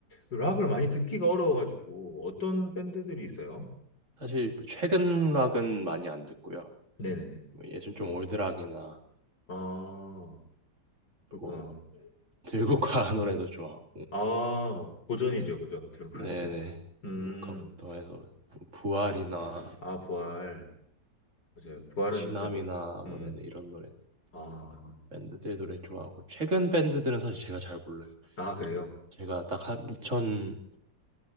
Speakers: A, on the left; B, on the right.
A: 락을 많이 듣기가 어려워가지고 어떤 밴드들이 있어요?
B: 사실 최근 락은 많이 안 듣고요.
A: 네네네.
B: 뭐 예전 좀 올드 락이나
A: 아, 그렇구나.
B: 뭐 들국화 <laughs> 노래도 좋아하고
A: 아, 고전이죠,
B: 네,
A: 그죠? 들어가는.
B: 네네
A: <laughs> 음,
B: 들국화부터 해서 부활이나
A: 아, 부활. 맞아요. 부활은
B: 시남이나
A: 진짜 또, 음,
B: 뭐 네네 이런 노래
A: 아,
B: 밴드들 노래 좋아하고 최근 밴드들은 사실 제가 잘 몰라요.
A: 아, 그래요?
B: 제가 딱 한 2015년